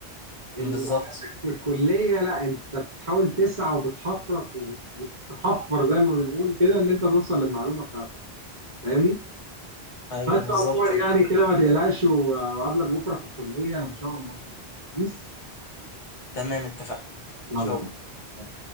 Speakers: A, on the right; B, on the left.
A: ال-
B: <laughs> بالظبط
A: في الكليه لا انت بتحاول تسعى وبتحفرك وبتحفر زي ما بنقول كده ان انت توصل للمعلومه بتاعتك فاهمني
B: ايوه
A: بس
B: بالظبط
A: عموما يعني كده ما تقلقش و- وقابلك بكره في الكليه ان شاء الله كده بيس
B: تمام اتفقنا
A: يلا
B: شو
A: بينا